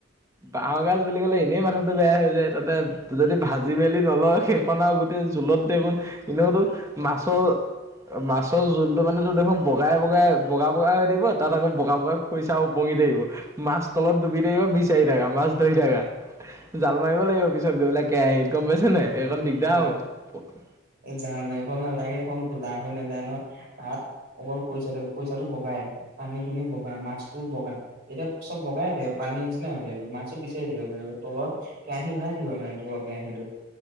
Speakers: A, on the right; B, on the right.
A: বাঁহৰ গাজ বুলি ক'লে এনেই মাথাটো বেয়া হৈ যায় তাতে যদি ভাজি মেলি নলয় সেইখন আও আৰু গোট জোলত দেয়োন এনেওতো মাছৰ মাছৰ জোলতটো মানে ত দেখোন বগাই বগাই বগা বগাই হৈ দিব তাত আকৌ বগা বগাই খৰিচা উপঙি থাকিব মাছ তলত ডুপি থাকিব চাৰি থকা মাছ ধৰি থাকা জাল মাৰিব লাগিব পিছত গৈ পেলা কেৰাহীত গম পাইছ নাই? এইকণ দিগদাৰ
B: না,
A: হ'ব
B: জাল মাৰিব নালাগে এইখন ধোলা হৈ নাযায় নহয় তাত অকল খৰিচাটো খৰিচাটো বগাই পানীখিনিও বগা মাছটো বগা এতিয়া চব বগাই হৈ থাকিব পানী নিচিনা হৈ থাকিব মাছ বিচাৰি থাকিব পাৰিব তলত কেৰাহী ওলাই থাকিব মানে তলৰ কেৰাহীটো